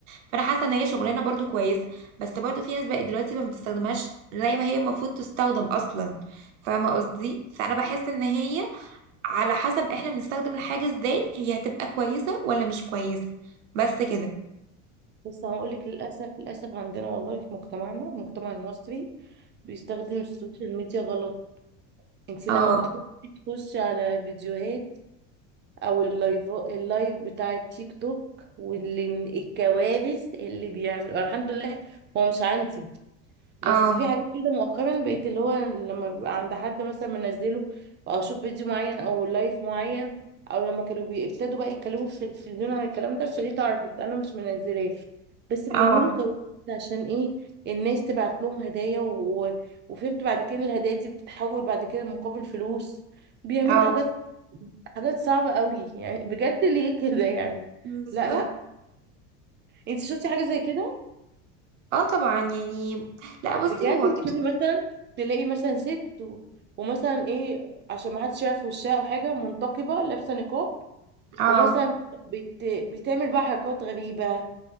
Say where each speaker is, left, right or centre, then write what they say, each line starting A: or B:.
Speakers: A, on the right (about 85°); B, on the right (about 30°).
A: فانا حاسه ان هي شغلانه برضو كويسه بس برضو في ناس بقت دلوقتي ما بتستخدمهاش زي ما هي المفروض تستخدم اصلا فاهمه قصدي فانا بحس ان هي على حسب احنا بنستخدم الحاجه ازاي هي هتبقى كويسه ولا مش كويسه بس كده
B: بس هقول لك للاسف للاسف عندنا والله في مجتمعنا المجتمع المصري بيستخدم السوشيال ميديا غلط انت لما
A: اه
B: بتخشي تخشي على فيديوهات او اللايف اللايف بتاع التيك توك واللي الكوارث اللي بيعملوا الحمد لله هو مش عندي بس
A: اه
B: في حاجات كده مؤخرا بقيت اللي هو لما بيبقى عند حد مثلا منزله او اشوف فيديو معين او لايف معين او لما كانوا بيبتدوا بقى يتكلموا في التلفزيون عن الكلام ده ابتديت اعرف بس انا مش منزلاه بس بيعملوا
A: اه
B: كده عشان ايه الناس تبعت لهم هدايا و... و- وفهمت بعد كده إن الهدايا دي بتتحول بعد كده مقابل فلوس بيعملوا
A: اه
B: حاجات حاجات صعبة قوي يعني بجد ليه كده يعني
A: بالظبط
B: لا لا انت شفتي حاجة زي كده
A: اه طبعا يعني لا بصي
B: بجد
A: هو كان
B: تشوفي مثلا تلاقي مثلا ست و- ومثلا ايه عشان ما حدش يعرف وشها او حاجه منتقبه لابسه نقاب
A: اه
B: ومثلا بت... بتعمل بقى حركات غريبه